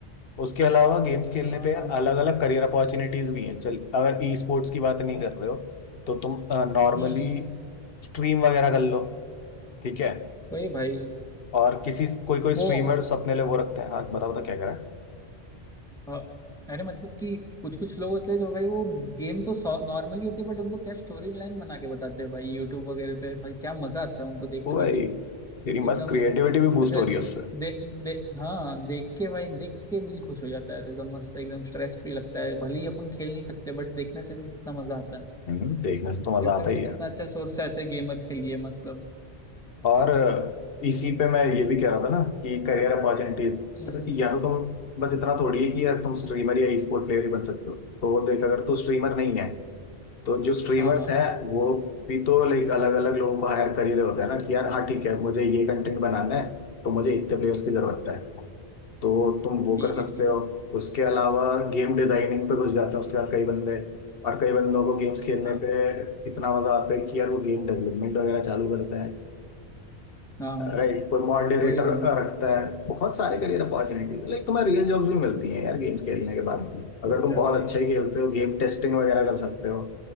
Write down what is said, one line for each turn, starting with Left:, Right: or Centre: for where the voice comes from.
Left: उसके अलावा गेम्स खेलने
Centre: हाँ
Left: पे
Centre: ना
Left: यार अलग अलग करियर अपॉर्चुनिटीज भी हैं चल अगर ई स्पोर्ट्स की बात नहीं कर रहे हो तो तुम नॉर्मली
Centre: हम्म
Left: स्ट्रीम वगैरह कर लो ठीक है
Centre: वही भाई
Left: और किसी कोई कोई
Centre: वो
Left: स्ट्रीमर्स अपने लिए वो रखते हैं हाँ बताओ तो क्या कह रहा है
Centre: अ, अरे मतलब कि कुछ कुछ लोग होते हैं जो भाई वो गेम तो नॉर्मली होती है बट उनको क्या स्टोरी लाइन बना के बताते हैं भाई यूट्यूब वगैरह पे भाई क्या मजा आता है उनको देखने
Left: वो
Centre: में
Left: भाई
Centre: भी
Left: तेरी
Centre: एकदम
Left: मस्त क्रिएटिविटी भी बूस्ट
Centre: ऐसे
Left: हो रही है उससे
Centre: दे, दे, हाँ देख के भाई देख के दिल खुश हो जाता है एकदम मस्त एकदम स्ट्रेस फ्री लगता है भले ही अपन खेल नहीं सकते बट देखने से भी कितना मजा आता है
Left: हम्म, देखने से तो मजा
Centre: यूट्यूब
Left: आता ही
Centre: भी कितना
Left: है
Centre: अच्छा सोर्स है ऐसे गेमर्स के लिए मतलब
Left: और इसी पे मैं ये भी कह रहा था ना कि करियर अपॉर्चुनिटीज
Centre: हम्म हम्म,
Left: या तो तुम बस इतना थोड़ी है कि यार तुम स्ट्रीमर या ई स्पोर्ट प्लेयर ही बन सकते हो तो देख अगर तू स्ट्रीमर नहीं है तो जो स्ट्रीमर्स
Centre: हाँ हाँ
Left: हैं वो भी तो लाइक अलग अलग लोगों को हायर कर ही रहे होते हैं ना कि यार हाँ ठीक है मुझे ये कंटेंट बनाना है तो मुझे इतने प्लेयर्स की जरूरत है तो तुम वो
Centre: ठीक
Left: कर सकते
Centre: है ठीक
Left: हो
Centre: है
Left: उसके अलावा गेम डिजाइनिंग पे घुस जाते हैं उसके बाद कई बंदे और कई बंदों को गेम्स खेलने
Centre: हाँ
Left: पे इतना मजा आता है कि यार वो गेम डेवलपमेंट वगैरह चालू करते हैं
Centre: हाँ हाँ
Left: राइट कोई मॉडरेटर
Centre: वही भाई
Left: रखता है बहुत सारे करियर अपॉर्चुनिटी लाइक तुम्हें रियल जॉब्स भी मिलती हैं यार गेम्स खेलने के बाद भी अगर
Centre: तो
Left: तुम
Centre: क्या
Left: बहुत
Centre: भाई
Left: अच्छे ही खेलते हो गेम टेस्टिंग वगैरह कर सकते हो